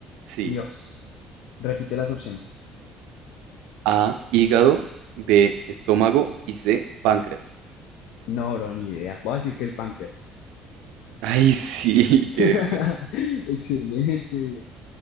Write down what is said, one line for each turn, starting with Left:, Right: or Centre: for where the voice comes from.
Right: Sí,
Left: Dios. Repite las opciones.
Right: A, hígado, B, estómago y C, páncreas.
Left: No, bro, ni idea. Voy a decir que el páncreas.
Right: Ay, sí,
Left: <laughs>
Right: <laughs> qué buena.
Left: Excelente.